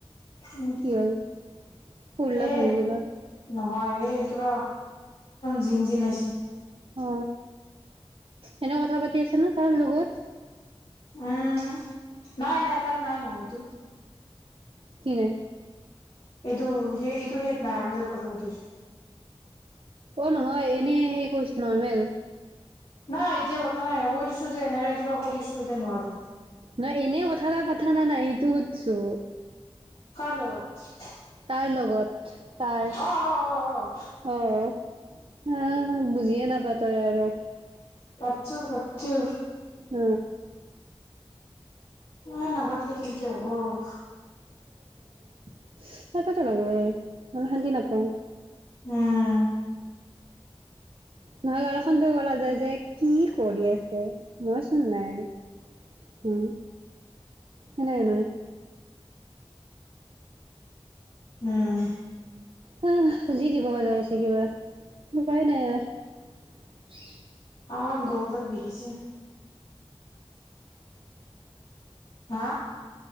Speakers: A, on the left; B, on the right.
A: উম
B: কি হ'ল পঢ়লাক
A: এ
B: নেকি কিবা
A: নহয় এই কিবা জিন জিনাইছে
B: অ এনেক কথা পাতি আছে ন তাৰ লগত
A: উম, নাই নাই তাৰ নাই নহয় তো
B: কি নাই
A: এইটো সেই এইটো হত নাই আমি য'ত কথা পাতিছ
B: অ নহয় এনে সেই কৰিছ নৰৰ্মেল
A: নাই এতিয়া পতা নাই কৈ দিছো যে এনেকে কিবা কৰিছো এতিয়া নোৱাৰো
B: নহ এনেই কথা এটা পতা না নাই এইটো সুধছো
A: কাৰ লগত
B: তাৰ লগত তাৰ
A: অ', অ', অ', অ',
B: আহ এ বুজিয়ে নাপাতই আৰু
A: পাতচো পাতচো
B: উম
A: উম নাপাতিলে কেনেকে হ'ব
B: উ <unintelligible> ত এইটো লগবয়ৈ অ শান্তি নাপায় কৈ
A: উম
B: নহলে দ খতে কল যায় যে কি কৰি আছে মইচোন নাই হম হয় নে নহয়
A: উম
B: হা যি দিব পৰা হৈছে থাকিবা উপাই নাই আৰু
A: আহ গলডল বিষাইছে হা